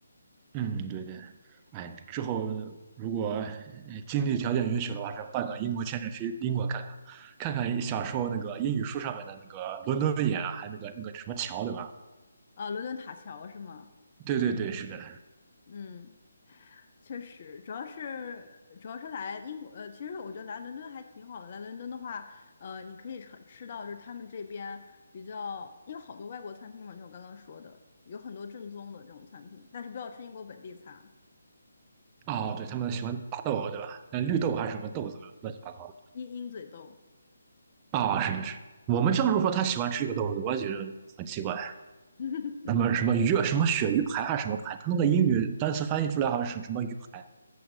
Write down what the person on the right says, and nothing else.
嗯，对对。哎，之后如果呃经济条件允许的话，这办个英国签证去英国看看，看看小时候那个英语书上面的那个伦敦眼啊，还有那个那个什么桥，对吧？
对对对，是的。
哦，对，他们喜欢大豆，对吧？那绿豆还是什么豆子，乱七八糟的。
啊，是的是。我们这授说，他喜欢吃这个豆子，我也觉得很奇怪。
什么什么鱼啊什么鳕鱼排还是什么排？他那个英语单词翻译出来好像是什么鱼排，